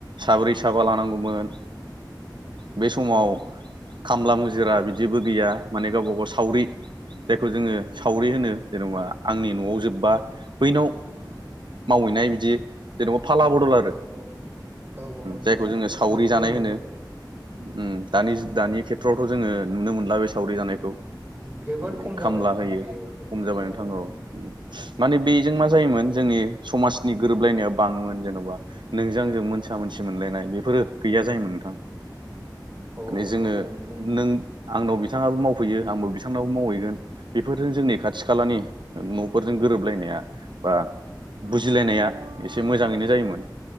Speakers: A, on the right (about 85°); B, on the right (about 30°).
A: साब्रै साबा लानांगौ मोन बे समाव
B: औ
A: खामला मुजिरा बिदिबो गैया माने गावबा गाव स सावरि जायखौ जोङो सावरि होनो जेनबा आंनि नआव जोबबा बैनाव मावहैनाय बिदि जेनेबा फाला बदल आरो
B: औ औ औ औ नंगौ
A: जायखौ
B: नोंथां
A: जोङो स सावरि
B: गोद
A: जानाय
B: जोंबो
A: होनो
B: नुबोदों
A: ओम दानि-दानि
B: औ
A: खेथ्र आव खौथ जोङो नुनो मोनला बे सावरि जानायखौ
B: जोबोद
A: माने
B: खम
A: खामला
B: जाबाय नोंथां
A: होयो
B: बे बे
A: खम
B: बुस्थुआ
A: जाबाय नोंथा औ माने बेजों मा जायोमोन जोंनि समाजनि गोरोबलायनाया बाङोमोन जेनबा नोंजों आंजों मोनसा मोनसि मोनलायनाय बेफोरो गैया जायोमोन नोंथां
B: अ औ
A: माने जोङो
B: औ नोंगौ नोंथां
A: नों आंनाव बिथाङाबो मावफैयो आंबो बिथांनावबो मावहैगोन बेफोरजों जोंनि खाथि खालानि नफोरजों गोरोबलायनाया बा बुजिलायनाया एसे मोजाङैनो जायोमोन